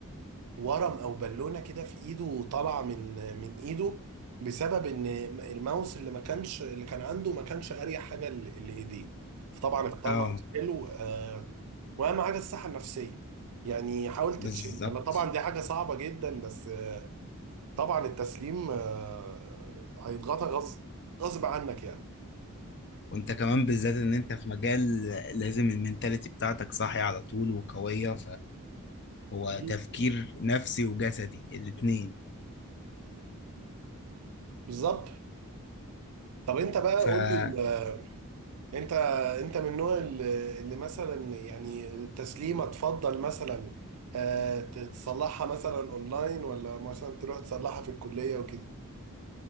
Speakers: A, on the right; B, on the left.
A: ورم او بالونه كده في ايده طالعه من من ايده بسبب ان الماوس اللي ما كانش اللي كان عنده ما كانش اريح حاجه ل- لايديه فطبعا اختار
B: اه
A: ماوس حلو آه، واهم حاجه الصحه النفسيه يعني حاول تتشيل
B: بالظبط
A: انا طبعا دي حاجه صعبه جدا بس آه، طبعا التسليم آه، هيضغطك غصب غصب عنك يعني
B: وانت كمان بالذات ان انت في مجال لازم المنتاليتي بتاعتك صاحية على طول وقوية فهو
A: مم.
B: تفكير نفسي وجسدي الاتنين
A: بالظبط طب انت بقى
B: فبص
A: قول لي آه، انت انت من النوع اللي اللي مثلا يعني تسليمه تفضل مثلا آه، تتصلحها مثلا اونلاين ولا مثلا تروح تصلحها في الكليه وكده